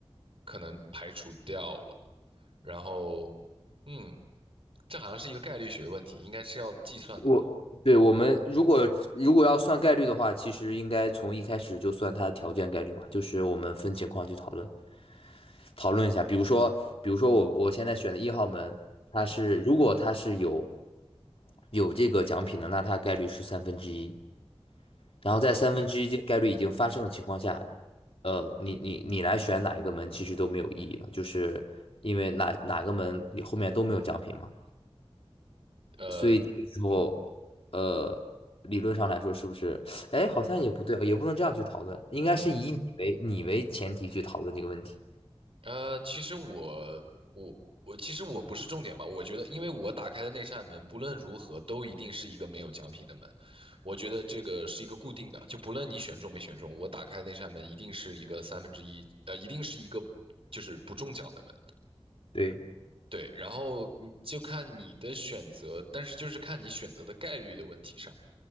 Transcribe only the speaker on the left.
我对我们如果如果要算概率的话，其实应该从一开始就算它的条件概率嘛，就是我们分情况去讨论讨论一下。比如说，比如说我我现在选的一号门，它是如果它是有
有这个奖品的，那它概率是三分之一。然后在三分之一这个概率已经发生的情况下，
呃，你你你来选哪一个门其实都没有意义了，就是因为哪哪个门你后面都没有奖品嘛。
所以这个时候，
呃，理论上来说，是不是？哎，好像也不对啊，也不能这样去讨论，应该是以你为你为前提去讨论这个问题。
对，